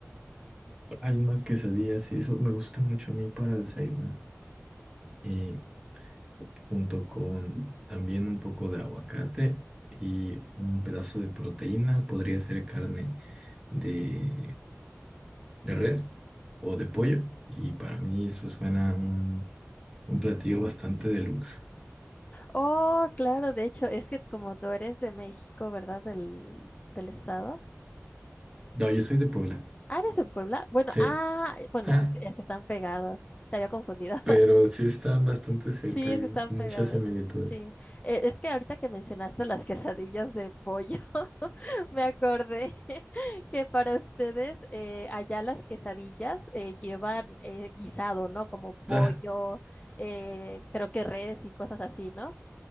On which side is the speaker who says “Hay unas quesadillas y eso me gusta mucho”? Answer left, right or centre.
Right